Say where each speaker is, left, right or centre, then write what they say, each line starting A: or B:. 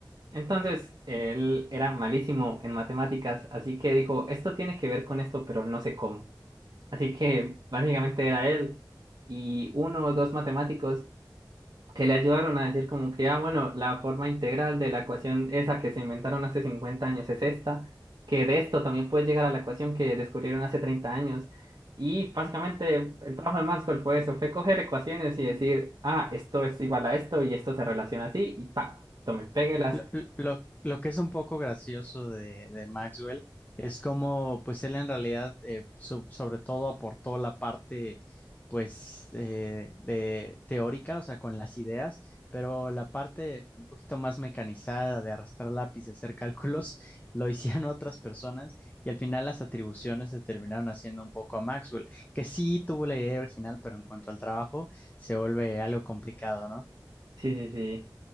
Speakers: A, on the right (about 55°); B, on the left (about 20°).
A: Entonces, él era malísimo en matemáticas, así que dijo, esto tiene que ver con esto, pero no sé cómo. Así que básicamente era él y uno o dos matemáticos que le ayudaron a decir como que, ah, bueno, la forma integral de la ecuación esa que se inventaron hace 50 años es esta, que de esto también puedes llegar a la ecuación que descubrieron hace 30 años. Y básicamente el trabajo de Maxwell fue eso, fue coger ecuaciones y decir, ah, esto es igual a esto y esto se relaciona así y pa, tome, péguelas.
B: Lo, lo- lo que es un poco gracioso de, de Maxwell es como, pues él en realidad, eh, so- sobre todo aportó la parte, pues, eh, de teórica, o sea, con las ideas, pero la parte un poquito más mecanizada de arrastrar lápiz y hacer cálculos <laughs> lo hicieron otras personas y al final las atribuciones se terminaron haciendo un poco a Maxwell, que sí tuvo la idea original, pero en cuanto al trabajo se vuelve algo complicado, ¿no?
A: Sí, sí, sí.